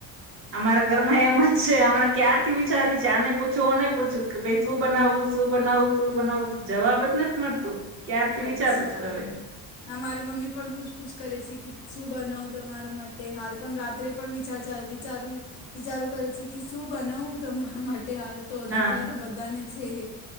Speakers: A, on the right (about 35°); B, on the left (about 80°).
A: અમારા ઘરમાં
B: હા
A: એમ જ છે હમણાં ક્યારથી વિચારી છેને પૂછું ઓને પૂછું કે ભ શું બનાવવું શું બનાવવું શું બનાવવું જવાબ જ નથી મળતું ક્યારથી
B: અચ્છા
A: વિચારું છું હવે
B: ના મારી મમ્મી પણ પૂછપૂછ કરે છે કે શું બનાવું તમારા માટે હાલ પણ રાત્રે પણ વિચાર ચાલવી ચારું વિચારો કરે છે કે શું બનાવું તમારા માટે હાલ તો નખરા
A: હા
B: તો બધાને છે હ